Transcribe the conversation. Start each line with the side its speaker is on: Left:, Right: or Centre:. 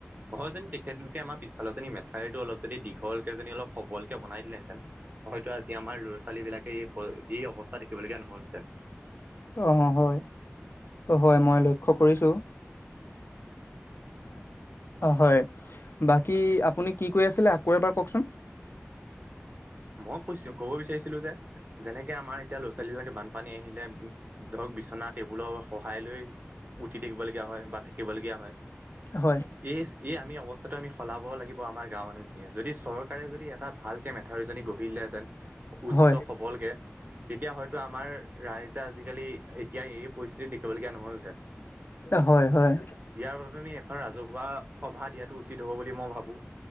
Right: অহ যে তেখেত কে আমাৰ পিছালৰজনী মেঠাৰিটো অলপ যদি দীঘল কেজনী অল সবলকে বন দিলেহেঁতেন। হয়তো আজি আমাৰ ল'ৰা, ছোৱালী বিলাকে এই এই অৱস্থা দেখিবলগীয়া নহল হহেতেন।
Left: অ, হয়, অ, হয় মই লৈখো কৰিছো। অ, হয় বাকী আপুনি কি কৈ আছিলে আকৌ এবাৰ কওকচোন?
Right: মই কৈছো ক'ব বিচাৰিছিলো যেনেকে আমাৰ এতিয়া ল'ৰা চোৱালী বিলাকে বান পানী আহিলে ধৰক বিচনাত টেবুলৰ সহায় লৈ উঠি থাকিবলগীয়া হয় বা থাকিবলগীয়া হয়।
Left: হয়।
Right: এই এই আমি অৱস্থাতটো আমি সলাব লাগিব আমাৰ গাঁওৰ মানুহখিনিয়ে যদি চৰকাৰে যদি এটা ভাল কে ম আঠউীজনী গঢ়িলেহেতেন উচ্চ
Left: হয়
Right: সৱলকে তেতিয়া হয়তো আমাৰ ৰাইজে আজিকালি এতিয়া এই পৰিস্থিতি দেখিবলগীয়া নহ'ল।
Left: হয়। হয়, হয়।
Right: ইয়াৰ বাবে আমি এখন ৰাজহুৱা সভা দিয়াটো উচিত হ'ব বুলি মই ভাবোঁ।